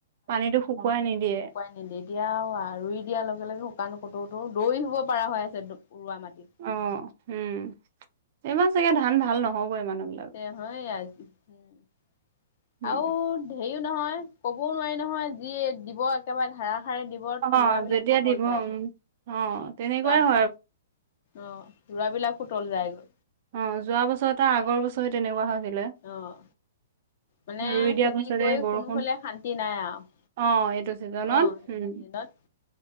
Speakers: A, on the right; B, on the left.
A: পানীতো শুকুৱাই নিদিয়ে।
B: এত-এতিয়াও ৰুই দিয়াৰ লগে লগে শুকান কটৌতো দৌৰি শুব পৰা হৈ আছে দ ৰুৱা মাটিত।
A: অ' উম, এইবাৰ চাগে ধান ভাল নহ'বই মানুহবিলা
B: <unintelligible> আৰু হেৰিও
A: উম
B: নহয় ক'বও নোৱাৰি নহয় যি এক দিব একেবাৰে ধাৰাসাৰে দি <unintelligible> ৰুৱাবিলাকো
A: অ যেতিয়া
B: তল
A: দিব
B: যায়।
A: উম অ তেনেকুৱাই
B: <unintelligible>
A: হয়
B: অ' ৰুৱাবিলাকো তল যায়গৈ।
A: অ' যোৱা বছৰটা আগৰ বছৰে তেনেকুৱা হৈছিলে।
B: অ' মানে
A: ৰুই দিয়াৰ
B: খেতি
A: পাছতে
B: কৰি
A: বৰষুণ
B: কোনোফালে শান্তি নাই আৰু।
A: অ' এইটো চিজনত
B: অ'
A: হম।
B: দিনত